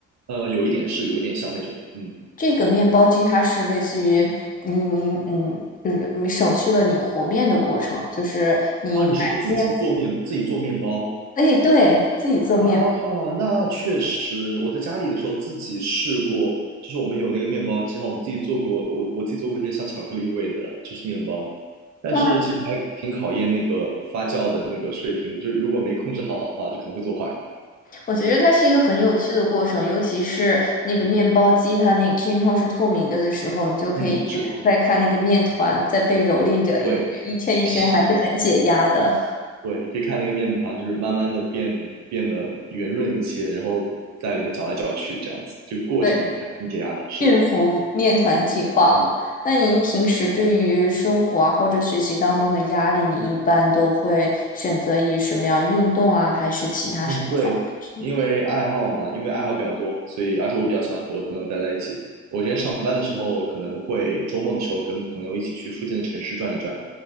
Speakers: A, on the right; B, on the left.
A: 呃，有一点是有一点像那种，嗯，
B: 这个面包机它是类似于你你嗯，就是你省去了你和面的过程，就是你买面，
A: 啊，你是说自己做面自己做面包？
B: 哎，对，自己做面
A: 啊，那确实，我在家里的时候自己试过，就是我们有那个面包机哈，我们自己做过，我我自己做过一些像巧克力味的，就是面包，但是其实还挺考验那个发酵的那个水平的，
B: 包。啊
A: 就是如果没控制好的话，就可能会做坏。
B: 我觉得它是一个很有趣的过程，尤其是那个面包机，它那个天窗是透明的的时候，你就可以一直看在看那个面团在被蹂躏着，
A: 嗯，是，对，
B: 一直一圈一圈，
A: 是的，
B: 还是很解压的。
A: 对，你可以看那个面团，就是慢慢的变变得圆润一些，然后在里面搅来搅去，这样子，这个过程还挺解压的，
B: 对，
A: 是。
B: 驯服面团计划嘛。那您平时对于生活啊或者学习当中的压力，你一般都会选择以什么样运动啊，还是其他什么方式？
A: 嗯，对，因为爱好嘛，因为爱好比较多，所以而且我比较喜欢和朋友待在一起。我今天上班的时候，可能会周末的时候跟朋友一起去附近的城市转一转，